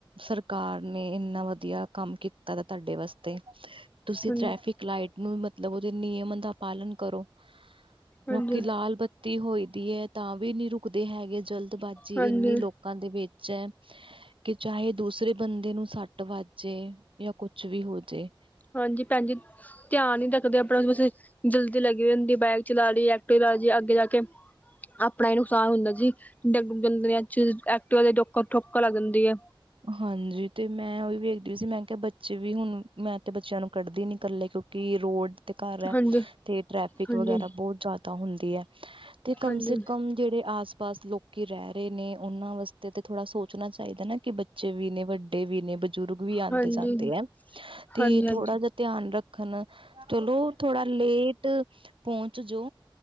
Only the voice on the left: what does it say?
ਹਾਂਜੀ,
ਹਾਂਜੀ,
ਹਾਂਜੀ।
ਹਾਂਜੀ ਭੈਣ ਜੀ ਧਿਆਨ ਨੀ ਰੱਖਦੇ ਆਪਣਾ ਜਲਦੀ ਲੱਗੀ ਹੁੰਦੀ, ਬਾਈਕ ਚਲਾ ਲਈ ਐਕਟਿਵਾ ਚਲਾ ਲਈਏ ਅੱਗੇ ਜਾ ਕੇ ਆਪਣਾ ਹੀ ਨੁਕਸਾਨ ਹੁੰਦਾ ਜੀ <unintelligible> ਚ ਐਕਟਿਵਾ ਠੋਕਰ ਲੱਗ ਜਾਂਦੀ ਹੈ।
ਹਾਂਜੀ
ਹਾਂਜੀ
ਹਾਂਜੀ
ਹਾਂਜੀ ਹਾਂਜੀ
ਹਾਂਜੀ
ਹਾਂਜੀ